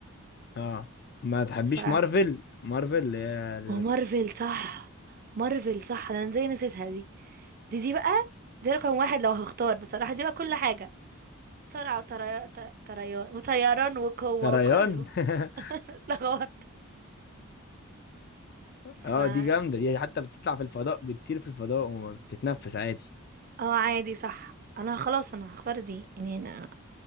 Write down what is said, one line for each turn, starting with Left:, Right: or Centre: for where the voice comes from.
Left: اه ما تحبيش
Right: ف
Left: مارفل مارفل اللي هي اللي
Right: ومارفل
Left: بت-
Right: صح مارفل صح انا ازاي نسيتها دي دي دي بقى دي رقم واحد لو هختار بصراحة دي بقى كل حاجة سرعة وطري... ط- طريان وطيران وقوة
Left: يا ريان
Right: وكله
Left: <laughs>
Right: <laughs> لغوت
Left: اه
Right: ف اه
Left: دي جامده دي حتى بتطلع في الفضاء بتطير في الفضاء وما بتتنفس عادي
Right: اه عادي صح انا خلاص انا هختار دي يعني انا